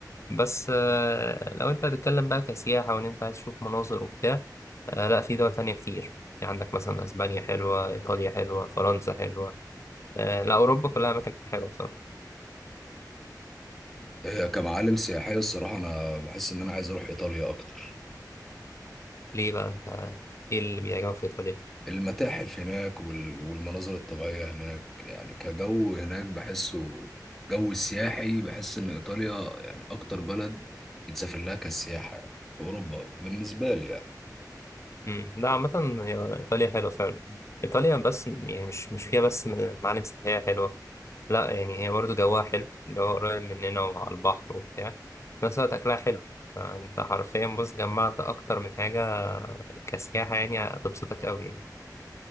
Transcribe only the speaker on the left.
بس آه، لو انت هتتكلم بقى كسياحة وان انت عايز تشوف مناظر وبتاع آه، لا في دول تانية كتير يعني عندك مثلا اسبانيا حلوة ايطاليا حلوة فرنسا حلوة آه، لا اوروبا كلها اماكن حلوة بصراحة
ليه بقى انت ايه اللي بيعجبك في ايطاليا
امم لا عامة هي ايطاليا حلوة فعلا ايطاليا بس يعني مش مش فيها بس معالم سياحية حلوة لا يعني هي برضه جواها حلو جواها قريب مننا وعلى البحر وبتاع في نفس الوقت اكلها حلو فانت حرفيا بص جمعت اكتر من حاجة كسياحة يعني هتبسطك قوي يعني.